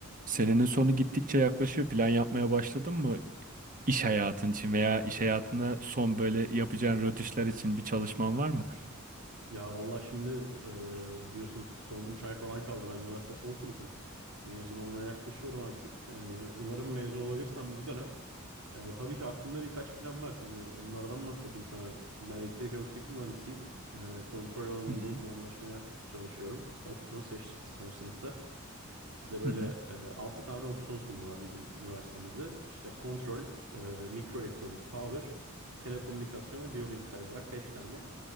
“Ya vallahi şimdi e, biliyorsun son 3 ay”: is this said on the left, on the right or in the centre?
Right